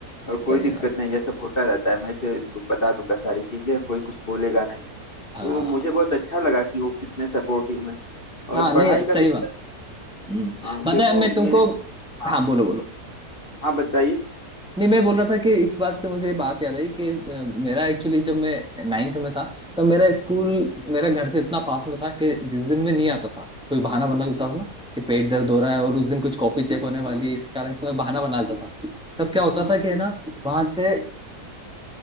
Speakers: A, on the left; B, in the centre.
A: और कोई
B: सही
A: दिक्कत
B: बात
A: नहीं
B: है
A: यह सब होता रहता है मैं इसे बता दूंगा सारी चीजें और कोई कुछ बोलेगा नहीं
B: हाँ
A: तो मुझे बहुत अच्छा लगा कि वो कितने सपोर्टिव हैं
B: हाँ
A: और
B: नहीं
A: पढ़ाई
B: सही
A: का लेकर
B: बात है हम्म
A: हाँ
B: बताया
A: देखो
B: मैं तुमको
A: मेरे हाँ
B: हाँ बोलो बोलो
A: हाँ बताइए
B: नहीं मैं बोल रहा था कि इस बात से मुझे ये बात याद आई कि अ, मेरा एक्चुअली जब मैं नाइन्थ में था तब मेरा स्कूल मेरा घर से इतना पास में था कि जिस दिन मैं नहीं आता था कोई बहाना बना लेता था ना कि पेट दर्द हो रहा है और उस दिन कुछ कॉपी चेक होने वाली है, इस कारण से मैं बहाना बना लेता था तब क्या होता था कि ना वहां से